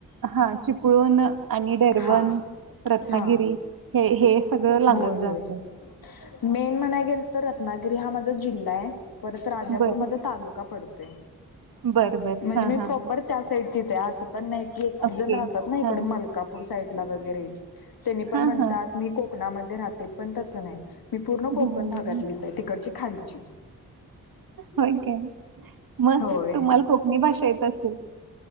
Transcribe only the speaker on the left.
हा
हा
होय
होय मेन म्हणाय गेल तर रत्नागिरी हा माझा जिल्हा आहे. परत राजापूर
माझा तालुका पडतोय.
म्हणजे
मी
प्रॉपर
त्या साईडचीच आहे असं पण नाही की एक
जण राहतात ना इकडे
मलका पूर साईडला वगैरे त्यांनी पण
म्हणतात
मी कोकणामध्ये राहते पण तसं नाही. मी पूर्ण
कोकण
भागातलीच तिकडची खालची.
होय.